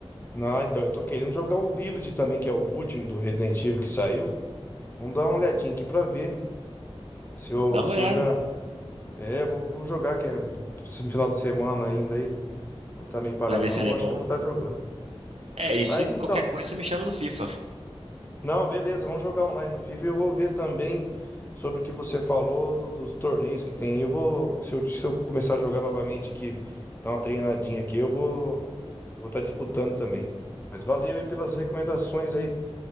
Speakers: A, on the left; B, on the right.
A: Não, então, eu tô querendo jogar o Village também, que é o último do Resident Evil que saiu. Vamos dar uma olhadinha aqui pra ver se eu,
B: Dá uma
A: se
B: olhada
A: eu já. É, vou, vou jogar, que é esse final de semana ainda aí. Vou estar meio paradão,
B: pra ver se ele
A: eu
B: é
A: acho
B: bom.
A: que eu vou estar jogando.
B: É, e se
A: Mas então,
B: qualquer coisa você me chama no FIFA.
A: não, beleza, vamos jogar online no FIFA. E eu vou ver também sobre o que você falou do- dos torneios que tem. Eu vou, se eu, se eu começar a jogar novamente aqui, dar uma treinadinha aqui, eu vou, eu vou estar disputando também. Mas valeu aí pelas recomendações aí.